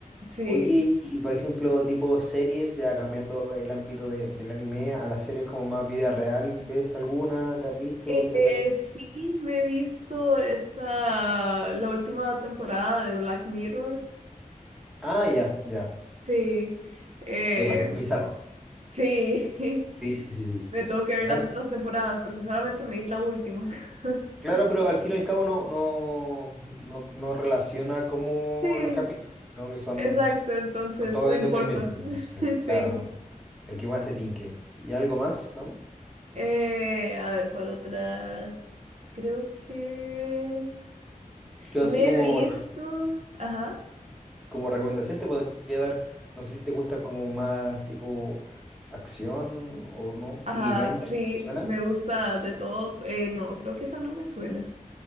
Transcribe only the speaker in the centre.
Oye, y por ejemplo, tipo series, ya cambiando el ámbito de- del anime a las series como más vida real, ¿ves alguna? ¿Te has visto?
¿Qué te parece?
Ah, ya, ya.
Es bastante bizarro.
Sí, sí, sí, sí.
Pero-
en-
Claro, pero al fin y al cabo no, no, no, no relaciona como
los capítulos, sino que son
Son todos
independientes, entonces,
claro, ¿no? El que más te tinque. Y algo más, ¿no?
Yo
así como,
re-
como recomendación te podría dar, no sé si te gusta como más tipo acción o no,
Peaky Blinders,
¿te ¿suena?